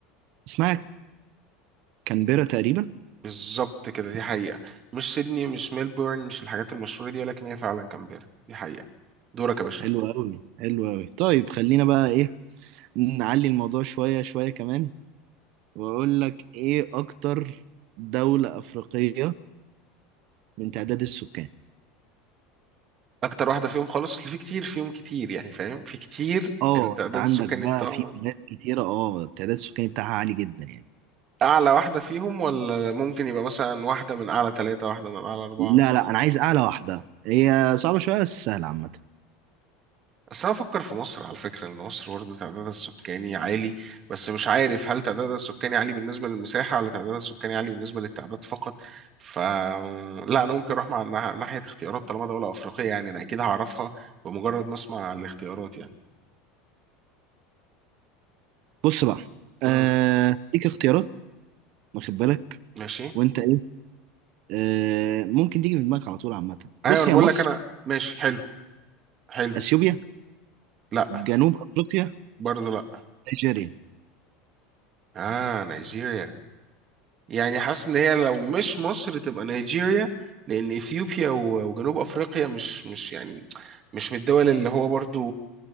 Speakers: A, on the right; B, on the right.
A: اسمها كانبيرا تقريبا
B: بالظبط كده دي حقيقة مش سيدني مش ميلبورن مش الحاجات المشهورة دي ولكن هي فعلا كامبيرا دي حقيقة دورك يا باشا
A: حلو قوي حلو قوي طيب خلينا بقى ايه نعلي الموضوع شوية شوية كمان واقول لك ايه اكتر دولة أفريقية من تعداد السكان
B: أكتر واحدة فيهم خالص اللي في كتير فيهم كتير يعني فاهم في كتير
A: اه
B: التعداد
A: عندك
B: السكاني
A: بقى
B: بتاعهم
A: في بلاد كتيرة اه التعداد السكاني بتاعها عالي جدا يعني
B: أعلى واحدة فيهم ولا ممكن يبقى مثلا واحدة من أعلى ثلاثة واحدة من أعلى أربعة
A: لا لا انا عايز اعلى واحدة هي صعبة شوية بس سهلة عامة
B: بس انا بفكر في مصر على فكره لان مصر برضه تعدادها السكاني عالي بس مش عارف هل تعدادها السكاني عالي بالنسبه للمساحه ولا تعدادها السكاني عالي بالنسبه للتعداد فقط ف لا انا ممكن اروح مع مع- ناحيه اختيارات طالما دوله افريقيه يعني انا اكيد هعرفها بمجرد ما اسمع الاختيارات يعني
A: بص بقى آه
B: امم
A: ليك اختيارات واخد بالك
B: ماشي
A: وانت ايه آه ممكن تيجي في دماغك على طول عامة بص
B: ايوه انا
A: هي
B: بقول
A: مصر
B: لك انا ماشي حلو حلو
A: اثيوبيا
B: لا
A: جنوب افريقيا
B: برضه لا
A: نيجيريا
B: اه نيجيريا يعني حاسس ان هي لو مش مصر تبقى نيجيريا لان اثيوبيا و- وجنوب افريقيا مش مش يعني مش من الدول اللي هو برضو